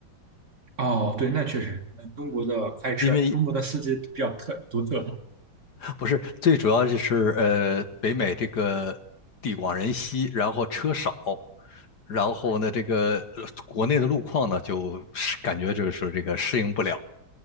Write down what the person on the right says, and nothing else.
哦，对，那确实，那中国的开车，
中国的司机比较特独特。